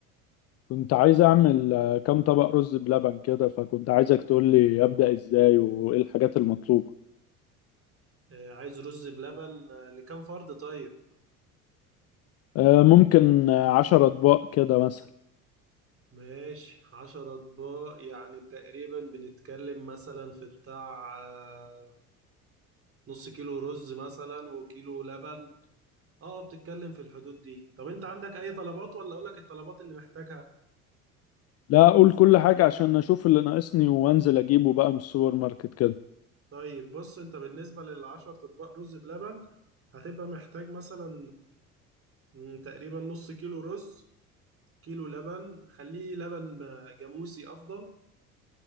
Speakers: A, on the left (about 35°); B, on the right (about 30°).
A: كنت عايز اعمل آه، كام طبق رز بلبن كده فكنت عايزك تقول لي ابدأ ازاي وايه الحاجات المطلوبة
B: آه، عايز رز بلبن آه، لكام فرد طيب
A: آه، ممكن آه، عشر اطباق كده مثلا
B: ماشي عشر اطباق يعني تقريبا بنتكلم مثلا في بتاع آه، نص كيلو رز مثلا وكيلو لبن اه بتتكلم في الحدود دي طب انت عندك اي طلبات ولا اقولك الطلبات اللي محتاجها
A: لا اقول كل حاجة عشان اشوف اللي ناقصني وانزل اجيبه بقى من السوبر ماركت كده
B: طيب بص انت بالنسبة للعشر اطباق رز بلبن هتبقى محتاج مثلا مم، تقريبا نص كيلو رز كيلو لبن خليه لبن جاموسي افضل